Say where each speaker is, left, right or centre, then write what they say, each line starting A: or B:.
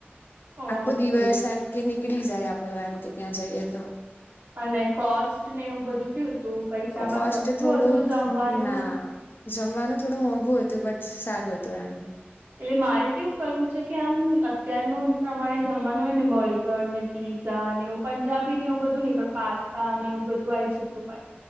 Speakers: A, on the right; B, on the left.
A: ઓકે
B: આખો દિવસ એમ કે નીકળી જાય આપડો એમ કે ત્યાં જઈએ તો.
A: અને કોસ્ટ ને એવું બધું કેવું. તું પૈસામાં
B: કોસ્ટ
A: સસ્તું
B: થોડું
A: હતું જમવાનું
B: ના જમવાનું થોડું મોંઘું હતું બટ. સારું હતું એમ.
A: એટલે મારે કેવું કરવું છે કે આમ અત્યારનું પ્રમાણે જમવાનું હોય ને બોરગર ને પી. પીઝા અને એવુંંજાબી ને એવું બધું નહીં પણ પાસ્તા એવું બધું આવી જતું હો.